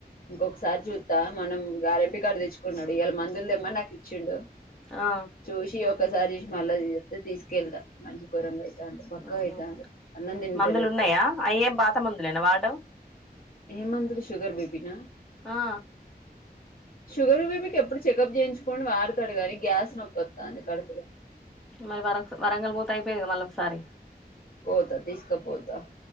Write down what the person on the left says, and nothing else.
ఇంకొకసారి చూత్తా మనం గార్ ఎం పి కాడ దెచ్చుకున్నడు ఇగ ఇయలా మందుల్ దెమ్మన్ నాకు ఇచ్చిండు
చూసి ఒకసారి చూస్ మళ్ళా <unintelligible> తీసుకెళ్త మన్షి గోరంగ అయ్ ఆండ్ బక్కగ
అయితాండు అన్నం దింటలేడు
సరి
ఏ మందులు షుగర్ బే పీ నా
షుగర్, బిపికి ఎప్పుడు చెకప్ చేయించుకోని వాడుతాడు కానీ, గ్యాస్ నొక్కొస్తాంది కడుపులో
పోతా తీసుకపోతా